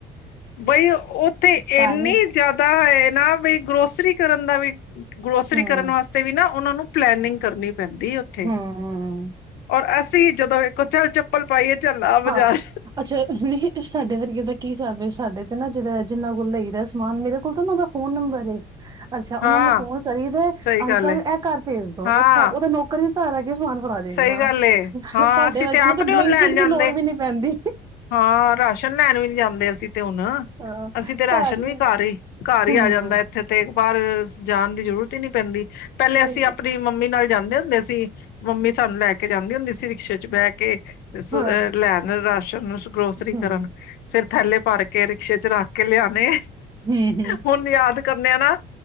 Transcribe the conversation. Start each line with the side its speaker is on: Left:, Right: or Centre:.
Left: ਬਈ ਉੱਥੇ
Right: ਟਾਈਮ
Left: ਇਨੀ ਜ਼ਿਆਦਾ ਹੈ ਨਾ ਵੀ ਗਰੋਸਰੀ ਕਰਨ ਦਾ ਵੀ ਗਰੋਸਰੀ
Right: ਹੂੰ
Left: ਕਰਨ ਵਾਸਤੇ ਵੀ ਨਾ ਉਹਨਾਂ ਨੂੰ ਪਲੈਨਿੰਗ ਕਰਨੀ ਪੈਂਦੀ ਉੱਥੇ
Right: ਹੂੰ
Left: ਔਰ ਅਸੀਂ ਜਦੋਂ ਇਹ <unintelligible> ਚੱਪਲ ਪਾਈਏ ਚੱਲ ਆ ਬਾਜ਼ਾਰ
Right: ਹਾਂ ਅੱਛਾ ਨਹੀਂ ਸਾਡੇ ਵਰਗੇ ਦਾ ਕੀ ਸਭ ਸਾਡੇ ਤੇ ਨਾ ਜਿਹੜ ਜਿਨਾਂ ਕੋਲ ਲਈ ਦਾ ਸਮਾਨ ਮੇਰੇ ਕੋਲ ਤਾਂ ਨਾ ਉਹਦਾ ਫੋਨ ਨੰਬਰ ਏ ਅੱਛਾ ਉਹਨਾਂ
Left: ਹਾਂ
Right: ਨੂੰ ਫੋਨ ਕਰੀ ਦੇ
Left: ਸਹੀ
Right: ਅੰਕਲ
Left: ਗੱਲ ਹੈ
Right: ਇਹ ਘਰ ਭੇਜ ਦੋ
Left: ਹਾਂ
Right: ਅੱਛਾ ਉਹਦਾ ਨੌਕਰ <unintelligible> ਸਮਾਨ ਫੜਾ ਦੇਗਾ
Left: ਸਹੀ ਗੱਲ ਏ
Right: ਸਾਡੇ
Left: ਹਾਂ ਅਸੀਂ
Right: ਵਰਗਿਆਂ
Left: ਆਪ
Right: ਨੂੰ ਤੇ
Left: ਨੀ
Right: ਬਲਕੇਟ
Left: ਹੁਣ ਲੈਣ ਜਾਂਦੇ
Right: ਦੀ ਲੋੜ ਵੀ ਨੀ ਪੈਂਦੀ
Left: ਹਾਂ ਰਾਸ਼ਨ ਲੈਣ ਵੀ ਨੀ ਜਾਂਦੇ ਅਸੀਂ ਤੇ ਹੁਣ
Right: ਹਾਂ
Left: ਅਸੀਂ ਤੇ ਰਾਸ਼ਨ
Right: ਹੂੰ
Left: ਵੀ ਘਰ ਹੀ ਘਰ ਹੀ
Right: ਹੂੰ
Left: ਆ ਜਾਂਦਾ ਇੱਥੇ ਤੇ ਬਾਹਰ ਜਾਣ ਦੀ ਜ਼ਰੂਰਤ ਨਹੀਂੀ ਪੈਂਦੀ ਪਹਿਲੇ
Right: ਹਾਂ ਹੂੰ
Left: ਅਸੀਂ ਆਪਣੀ ਮੰਮੀ ਨਾਲ ਜਾਂਦੇ ਹੁੰਦੇ ਸੀ ਮੰਮੀ ਸਾਨੂੰ ਲੈ ਕੇ ਜਾਂਦੀ ਹੁੰਦੀ ਸ ਰਿਕਸ਼ੇ ਚ ਬਹਿ ਕੇ
Right: ਹੂੰ
Left: ਲੈਨ ਰਾਸ਼ ਗਰੋਸਰੀ
Right: ਹੂੰ
Left: ਕਰਨ ਫੇਰ ਥੈਲੇ ਭਰ ਕੇ ਰਿਕਸ਼ੇ ਚ ਰੱਖ ਕੇ ਲਿਆਣੇ
Right: ਹੂੰ
Left: ਹੁਣ ਯਾਦ ਕਰਨੇ ਆ ਨਾ